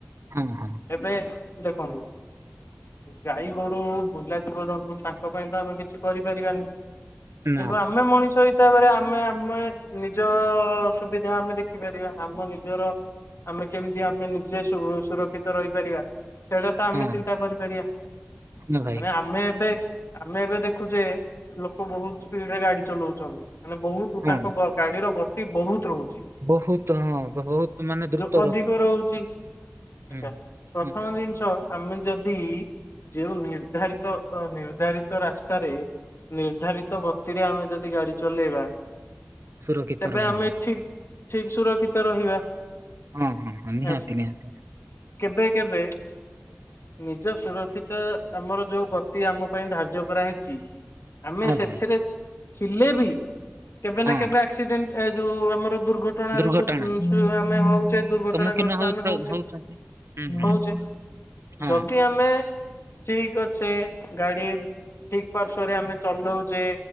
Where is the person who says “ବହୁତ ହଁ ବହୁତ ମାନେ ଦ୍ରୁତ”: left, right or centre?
Right